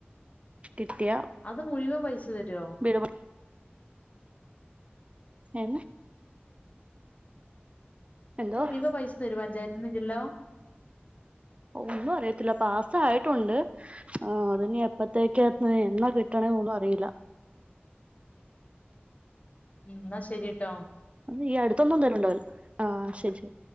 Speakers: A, on the right (about 30°); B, on the left (about 35°).
A: കിട്ടിയ
B: അത് മുഴുവൻ പൈസ തരുവോ
A: വീട് പണി. ഹേ എന്തോ
B: അത് മുഴുവൻ പൈസ തരുവോ പഞ്ചായത്തിന്ന് ഇല്ലാല്ലോ
A: ഒന്നും അറിയത്തില്ല പാസായിട്ടുണ്ട് ആഹ് അതിനി എപ്പത്തേക്കാന്ന് എന്ന് കിട്ടണെ ഒന്നും അറിയില്ല
B: ഉം എന്നാ ശരിട്ടോ
A: അത് ഈ അടുത്തൊന്നും തരുണ്ടാവല്ല ആഹ് ശരി ശരി